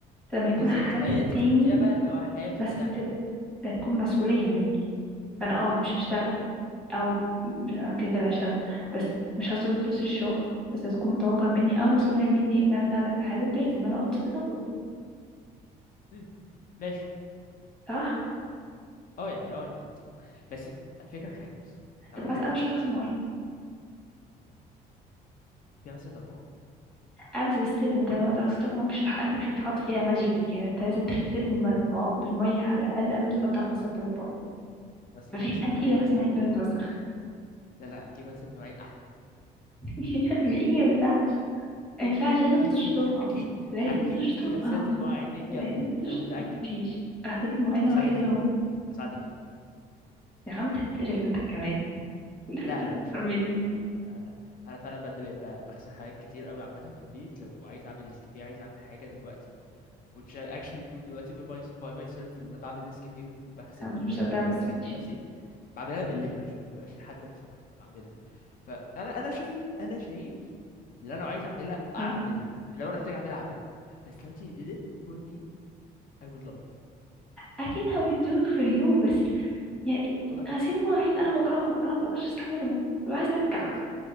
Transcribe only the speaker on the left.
بالظبط
فهي انت
تحطيها بقى اللي هو حافز
بقى
مم. ماشي
اه يعني اه يعني انت بس الفكره في حاجه بصي انا
اقول لك
حاجه
بس
في غسالة اطباق
بس نجيب
غسالة
مواعين
احلى
لا لا نجيب غسالة مواعين احلى
<laughs>
اكيد
في اكيد
اكيد
في غسالة المواعين الجامدة
دي
انا متأكد
هساعدك
فيها
هساعدك فيها
لا لا
لا، مش
للدرجة دي والله انا انا انا انا فعلا بجد بقيت ب- بغسل حاجات كتير قوي عامه في البيت لو عايز اعمل نسكافيه عايز اعمل حاجه دلوقتي which I actually do دلوقتي by my by myself اللي انا بعمل نسكافيه وبغسل
كوبايات
وبعمل
الحاجات
دي بنفسي بعملها بالليل عشان ما يبقاش في حد مصاحي فبعملها فانا انا شايف انا شايف اللي انا لو عايز اعملها اعملها
لو انا محتاج اعملها اعملها بس لو انت you did it for me I would love it
خلاص
بس
أ- طب